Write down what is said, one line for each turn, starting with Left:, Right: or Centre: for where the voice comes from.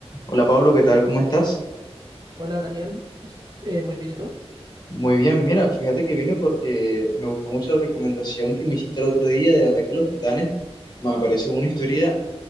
Left: Hola Pablo, ¿qué tal? ¿Cómo estás?
Right: Hola Daniel, Os- eh, muy bien, ¿y tú?
Left: Muy bien, mira, fíjate que vine porque me gustó mucho la recomendación que me hiciste el otro día de Ataque a los Titanes. Me parece una historia,